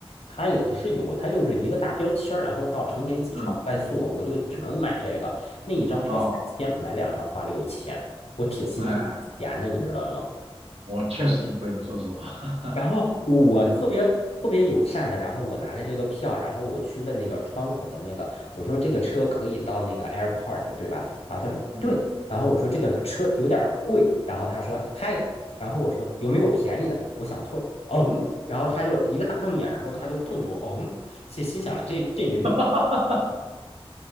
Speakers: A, on the left; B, on the right.
A: 它也不是有，它就是一个大标签儿然后到成田机场快速，
B: 嗯，
A: 我就只能买这个，那一张票三千，
B: 哦，
A: 买两张花六千，我挺心疼钱的，
B: 哎，
A: 你知道吗？
B: 我确实挺贵的，说实话。
A: 然后我特别特别友善的，然后我拿着这个票，然后我去问那个窗口的那个，我说这个车可以到那个 airport 对吧？然后他说对，
B: <laughs> 嗯，
A: 然后我说这个车有点贵，然后他说嗨，然后我说有没有便宜的？我想退，嗯，然后他就一个大瞪眼，然后他就瞪着我，嗯，心心想了这这人
B: <laughs>